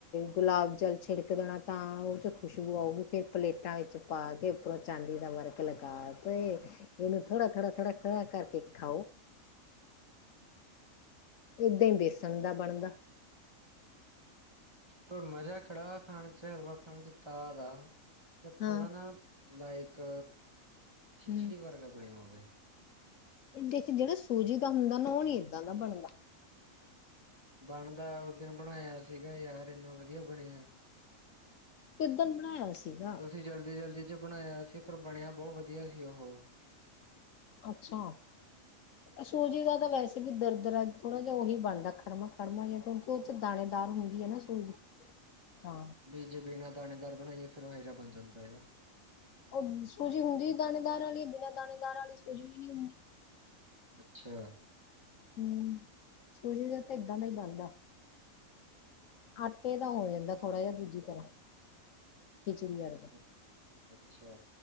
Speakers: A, on the left; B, on the right.
A: ਗੁਲਾਬ ਜਲ ਛਿੜਕ ਦੇਣਾ। ਤਾਂ ਉਹ ਚੋ ਖੁਸ਼ਬੂ ਆਊਗੀ ਫੇਰ ਪਲੇਟਾਂ ਵਿੱਚ ਪਾ ਕੇ, ਉੱਪਰੋਂ ਚਾਂਦੀ ਦਾ ਵਰਕ ਲਗਾ ਕੇ ਇਹਨੂੰ ਥੋੜਾ-ਥੋੜਾ-ਥੋੜਾ-ਥੋੜਾ ਕਰਕੇ ਖਾਓ। ਏਦਾਂ ਈ ਬੇਸਣ ਦਾ ਬਣਦਾ।
B: ਪਰ ਮਜਾ ਕੜਾ ਖਾਣ 'ਚ, ਹਲਵਾ ਖਾਣ 'ਚ ਤਾਦ ਆ ਜ ਥੋੜਾ
A: ਹਾਂ
B: ਨਾ ਲਾਇਕ, ਖਿਚੜੀ
A: ਹੂੰ।
B: ਵਰਗਾ ਬਣਿਆ ਹੋਵੇ।
A: ਇਦੇ ਚ ਜਿਹੜਾ ਸੂਜੀ ਦਾ ਹੁੰਦਾ ਨਾ ਉਹ ਨੀ ਇੱਦਾ ਦਾ ਬਣਦਾ।
B: ਬਣਦਾ ਉਸ ਦਿਨ ਬਣਾਇਆ ਸੀਗਾ ਯਾਰ ਇੰਨਾ ਵਧੀਆ ਬਣਿਆਂ। <inaudible>
A: ਕਿੱਦਣ ਬਣਾਇਆ ਸੀਗਾ।
B: ਤੁਸੀ ਜਲਦੀ - ਜਲਦੀ 'ਚ ਬਣਾਇਆ ਸੀ ਪਰ, ਬਣਿਆ ਬਹੁਤ ਵਧੀਆ ਸੀ ਓਹੋ।
A: ਅੱਛਾ।
B: <inaudible>
A: ਸੂਜੀ ਦਾ ਤਾ ਵੈਸੇ ਵੀ ਦਰਦਰਾ ਥੋੜਾ ਜਿਹਾ ਉਹੀ ਬਣਦਾ ਖੜਮਾ - ਖੜਮਾ ਜਿਹਾ, ਕਿਉਕਿ ਉਹ 'ਚ ਦਾਣੇਦਾਰ ਹੁੰਦੀ ਏ ਨਾ ਸੁ <unintelligible> ਤਾਂ
B: ਵੀ ਜੇ ਬਿਨਾਂ ਦਾਣੇਦਾਰ ਬਣਾਈਏ ਫੇਰ ਉਹ ਇਹੋ ਜਿਹਾ ਬਣ ਜਾਂਦਾ ਆ।
A: ਓ ਸੂਜੀ ਹੁੰਦੀ ਦਾਣੇਦਾਰ ਆਲੀ ਬਿਨਾਂ ਦਾਣੇਦਾਰ ਆਲੀ ਸੂਜੀ ਵੀ ਨੀ ਹੁੰਦੀ।
B: ਅੱਛਾ।
A: ਹੂੰ ਸੂਜੀ ਦਾ ਤਾਂ ਏਦਾਂ ਦਾ ਈ ਬਨਦਾ। ਆਟੇ ਦਾ ਹੋ ਯਾਂਦੈ ਥੋੜਾ ਯਿਹਾ ਦੂਜੀ ਤਰਾਂ, ਖਿਚੜੀ ਆਲੇ।
B: ਅੱ ਅੱਛਾ